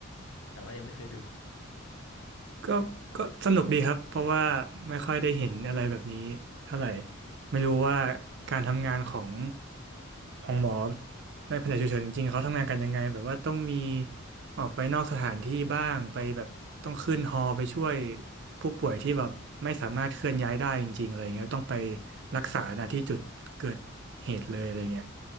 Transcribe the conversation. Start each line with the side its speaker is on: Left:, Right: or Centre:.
Left: แต่ว่ายังไม่เคยดู
Right: ก็ก็สนุกดีครับเพราะว่าไม่ค่อยได้เห็นอะไรแบบนี้เท่าไหร่ไม่รู้ว่าการทำงานของของหมอในแผนกฉุกเฉินจริงๆเขาทำงานกันยังไงแบบว่าต้องมีออกไปนอกสถานที่บ้างไปแบบต้องขึ้นฮอไปช่วยผู้ป่วยที่แบบไม่สามารถเคลื่อนย้ายได้จริงๆอะไรเงี้ยต้องไปรักษาณที่จุดเกิดเหตุเลยอะไรเงี้ย